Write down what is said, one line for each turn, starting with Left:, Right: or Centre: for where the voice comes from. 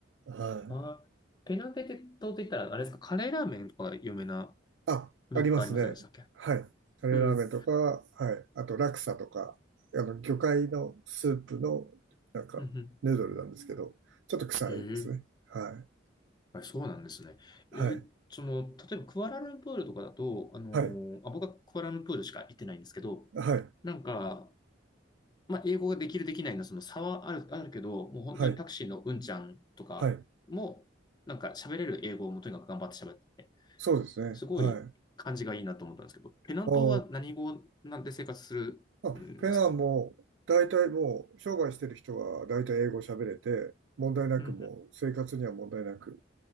Right: はい。
Left: ああ、ペナンテテ島って言ったら、あれですか、カレーラーメンとか有名な
Right: あ、
Left: メーカーありませんでしたっけ
Right: ありますね。はい。タレラーメンとか、
Left: うん。
Right: はい。あと、ラクサとか、あの、魚介のスープの、なんか、
Left: うんうん
Right: ヌードルなんですけど、ちょっと臭いですね。
Left: へえ。
Right: はい。
Left: はい、そうなんですね。
Right: はい。
Left: え、その、例えばクアラルンプールとかだと、あのーあ、
Right: はい。
Left: 僕はクアラルンプールしか行ってないんですけど、
Right: はい。
Left: なんか、まあ、英語ができるできないのその差はある、あるけど、もう本当にタクシーのうんちゃんとかも、
Right: はい。はい。
Left: なんか喋れる英語をもうとにかく頑張って喋ってて、
Right: そうですね。
Left: すごい感じがいいなと思ったんですけど、
Right: はい。
Left: ペナン島は何語なんで生活するんですか
Right: ああ。あ、ペナンも、大体もう、商売してる人は大体英語喋れて、問題なくもう、
Left: うん
Right: 生活には問題なく、